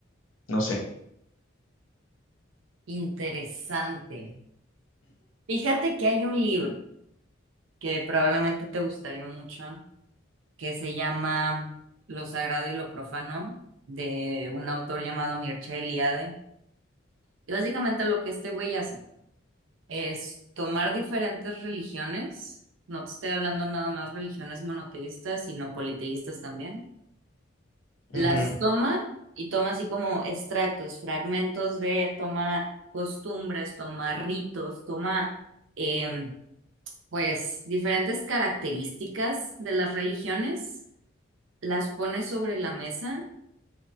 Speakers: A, on the left; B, on the right.
A: No sé.
B: Interesante. Fíjate que hay un libro que probablemente te gustaría mucho, que se llama Lo Sagrado y lo Profano, de un autor llamado Mircea Eliade. Y básicamente lo que este güey hace es tomar diferentes religiones, no te estoy hablando nada más religiones monoteístas, sino politeístas también las
A: Ujú,
B: toma y toma así como extractos, fragmentos de, toma costumbres, toma ritos, toma em, pues diferentes características de las religiones, las pone sobre la mesa